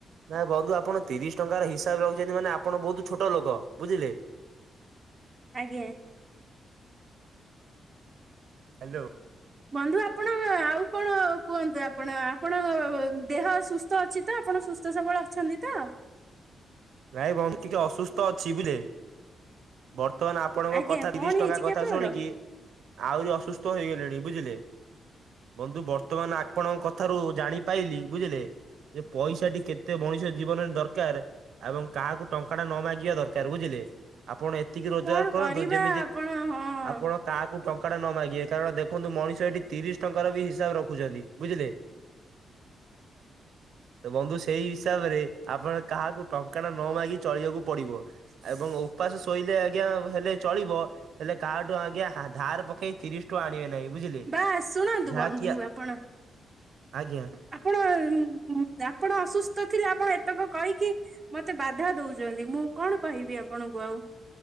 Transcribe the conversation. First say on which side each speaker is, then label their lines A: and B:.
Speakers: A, on the right; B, on the right.
A: ନାଇଁ ବନ୍ଧୁ ଆପଣ ତିରିଶ ଟଙ୍କାର ହିସାବ ରଖୁଛନ୍ତି ମାନେ ଆପଣ ବହୁତ ଛୋଟ ଲୋକ ବୁଝିଲେ
B: ଆଜ୍ଞା।
A: ହ୍ୟାଲୋ।
B: ବନ୍ଧୁ ଆପଣ ଆଉ କଣ କୁହନ୍ତୁ ଆପଣ ଆପଣଙ୍କ ଦେହ ସୁସ୍ଥ ସୁସ୍ଥ ଅଛି ତ ଆପଣ ସୁସ୍ଥ ସବଳ ଅଛନ୍ତି ତ?
A: ନାଇ ବନ୍ଧୁ ଟିକେ ଅସୁସ୍ଥ ଅଛି ବୁଝିଲେ? ବର୍ତ୍ତମାନ ଆପଣଙ୍କ
B: ଆଜ୍ଞା
A: କଥା
B: କଣ
A: ତିରିଶ ଟଙ୍କା
B: ହେଇଛି
A: କଥା
B: କି ଆପଣଙ୍କର
A: ଶୁଣିକି ଆହୁରି ଅସୁସ୍ଥ ହେଇଗଲିଣି ବୁଝିଲେ ବନ୍ଧୁ ବର୍ତ୍ତମାନ ଆପଣଙ୍କ କଥାରୁ ଜାଣିପାଇଲିି ବୁଝିଲେ ଯେ ପଇସାଟି କେତେ ମଣିଷ ଜୀବନରେ ଦରକାର ଏବଂ କାହାକୁ ଟଙ୍କା ଟେ ନ ମାଗିବା ଦରକାର ବୁଝିଲେ? ଆପଣ ଏତିକି ରୋଜଗାର
B: କଣ
A: କରନ୍ତୁ
B: କରିବା
A: ଯେମିତି
B: ଆପଣ ହଁ।
A: ଆପଣ କାହାକୁ ଟଙ୍କା ଟେ ନ ମାଗିବେ କାରଣ ଦେଖନ୍ତୁ ମଣିଷ ଏଠି ତିରିଶ ଟଙ୍କାର ବି ହିସାବ ରଖୁଛନ୍ତି ବୁଝିଲେ? ତ ବନ୍ଧୁ ସେଇ ହିସାବରେ ଆପଣ କାହାକୁ ଟଙ୍କା ଟା ନ ମାଗି ଚଳିବାକୁ ପଡିବ ଏବଂ ଉପାସ ଶୋଇଲେ ଆଜ୍ଞା ହେଲେ ଚଳିବ ହେଲେ କାହାଠୁ ଆଜ୍ଞା ଧାର ପକେଇ ତିରିଶ ଆଣିବେ ନାହିଁ ବୁଝିଲି
B: ବା ଶୁଣନ୍ତୁ
A: ଯାହାକି
B: ବନ୍ଧୁ ଆପଣ
A: ଆଜ୍ଞା।
B: ଆପଣ ଆପଣ ଅସୁସ୍ଥ ଥିଲେ ଆପଣ ଏତକ କହିକି ମତେ ବାଧା ଦଉଛନ୍ତି ମୁଁ କଣ କହିବି ଆପଣଙ୍କୁ ଆଉ